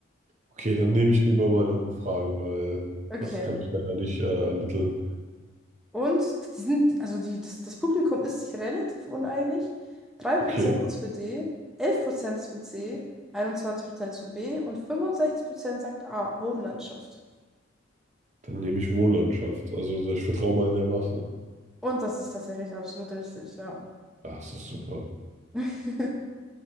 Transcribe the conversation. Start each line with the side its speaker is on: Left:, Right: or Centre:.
Right: Okay, dann nehme ich lieber mal eine Umfrage, weil
Centre: Okay.
Right: das kann ich leider nicht äh, ermitteln.
Centre: Und die sind, also die, das, das Publikum ist sich relativ uneinig. drei Prozent
Right: Okay,
Centre: ist für D, 11% ist für C, 21% ist für B und 65% sagt A, Wohnlandschaft.
Right: dann nehme ich Wohnlandschaft. Also also ich vertraue mal der Masse.
Centre: Und das ist tatsächlich absolut richtig, ja.
Right: Ja, das ist super.
Centre: <laughs>